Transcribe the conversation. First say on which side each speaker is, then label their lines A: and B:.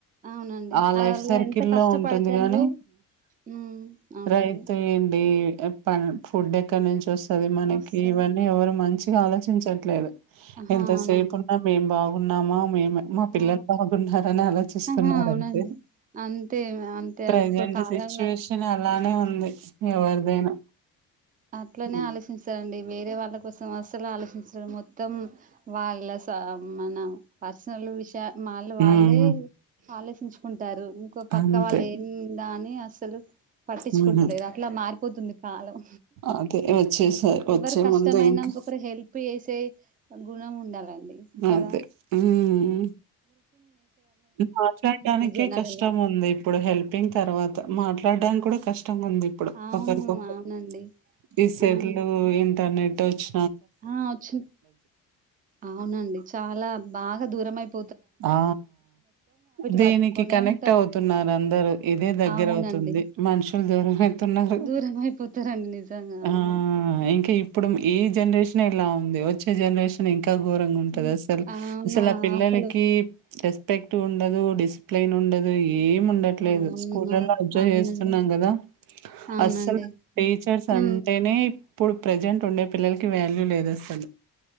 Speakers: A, on the right; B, on the right.
A: అవునండి
B: ఆ
A: అలా
B: లైఫ్ సర్కిల్
A: ఎంత కష్టపడతాండ్రు
B: లో ఉంటుంది గాని
A: ఉమ్ అవునండి
B: రైతు ఏంది ప ఫుడ్ ఎక్కడ నుంచి వస్తుంది మనకి
A: వస్తది
B: ఇవన్నీ ఎవరు మంచిగా ఆలోచించట్లేదు
A: ఆహా
B: ఎంతసేపు
A: అవునండి
B: ఉన్నా మేం బాగున్నామ మేము మా పిల్లలు
A: ఆ
B: బాగున్నారని ఆలోచిస్తున్నారంటే
A: ఆహా అవునండి అంతే అంతే
B: ప్రజెంట్
A: అది ఇప్పుడు కాలంలా
B: సిచ్యువేషన్ అలానే ఉంది ఎవరిదైనా
A: అట్లనే
B: హ్మ్.
A: ఆలోచించ అండి వేరే వాళ్ళ కోసం అసలు ఆలోచించడం మొత్తం వాళ్ళ మనం పర్సనల్ విషయా వాళ్ళు వాళ్ళే
B: హ్మ్.
A: ఆలోచించుకుంటారు ఇంకో పక్క
B: అంతే.
A: వాళ్ళు ఏందా అని అస అసలు పట్టించుకుంటలేదు
B: ఉహు
A: అట్లా మారిపోతుంది కాలం
B: అదే వచ్చేసారు
A: ఎవరు
B: వచ్చే
A: కష్టమ
B: ముందు
A: అయినా
B: ఇంకా
A: ఇంకొకరికి హెల్ప్ చేసే గుణం ఉండాలి కద
B: అదే ఉమ్ మాట్లాడడానికే
A: జనాలల్ల
B: కష్టం ఉంది ఇప్పుడు హెల్పింగ్ తర్వాత మాట్లాడడానికి కూడా కష్టం కష్టంగా ఉంది ఇప్పుడు
A: అవును
B: ఒకరికొకరు
A: అవునండి
B: ఈ సెల్లు
A: అవును
B: ఇంటర్నెట్ వచ్చి
A: ఆ వచ్చి అవునండి చాలా బాగా దూరం అయిపో
B: ఆ దీనికి
A: పట్టుకొనే
B: కనెక్ట్
A: ఉంటారు.
B: అవుతున్నారు అందరు ఇదే దగ్గరవుతు
A: అవునండి.
B: ఉంది మనుషులు దూరం అయితున్నారు
A: దూరమైపోతారండి నిజంగా అవును.
B: ఆ ఇంకా ఇప్పుడు ఈ జనరేషన్ ఇలా ఉంది వచ్చే జనరేషన్ ఇంకా ఘోరంగా ఉంటది
A: హ్మ్.
B: అసలు
A: అవును.
B: అసలు ఆ పిల్లల
A: అసలు
B: కీ రెస్పెక్ట్ ఉండదు డిసిప్లిన్ ఉండదు ఏ ఉండట్లేదు
A: అవును.
B: స్కూలల్లో అబ్జర్వ్
A: అవునండి.
B: చేస్తున్నాం కదా
A: అవునండి.
B: అస్సలు
A: హ్మ్.
B: టీచర్స్
A: హ్మ్.
B: అంటేనే ఇప్పుడు ప్రజెంట్ ఉండే పిల్లలకి వ్యాల్యూ లేదుసలు